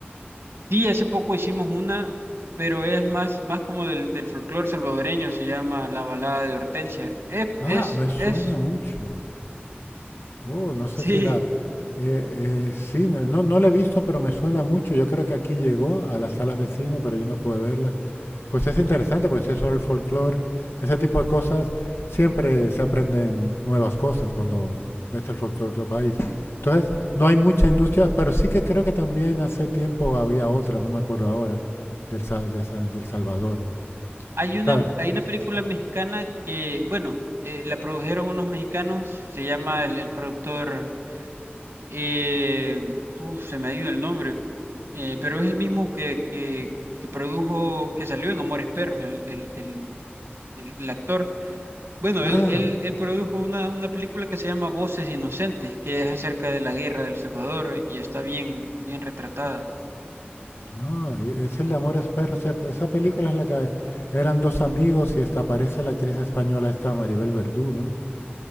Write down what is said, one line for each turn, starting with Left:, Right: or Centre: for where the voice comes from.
Right: Sí, hace poco hicimos una, pero es más, más como del, del folclore salvadoreño, se llama La Balada de Hortensia. Es,
Left: Ah,
Right: es,
Left: me suena
Right: es,
Left: mucho. Oh, no sé
Right: sí.
Left: si la... eh, eh, sí, no, no, no la he visto, pero me suena mucho. Yo creo que aquí llegó a las salas de cine, pero yo no pude verla. Pues es interesante, porque si es sobre el folclore, ese tipo de cosas, siempre se aprenden nuevas cosas cuando ves el folclore de otro país. Entonces, no hay mucha industria, pero sí que creo que también hace tiempo había otra, no me acuerdo ahora, del, Sa- de Sa- del Salvador.
Right: Hay una,
Left: Claro.
Right: hay una película mexicana que, bueno, eh, la produjeron unos mexicanos, se llama el el productor. Eh, uf, se me ha ido el nombre, eh, pero es el mismo que, que, que produjo, que salió en Amores Perros, el, el, el, el- el actor. Bueno,
Left: Ah,
Right: él, él, él produjo una, una película que se llama Voces Inocentes, que es acerca de la guerra de El Salvador y está bien, bien retratada.
Left: ah, e- es el de Amores Perros. sí, Esa película es la que eran dos amigos y esta aparece la actriz española esta Maribel Verdú, ¿no?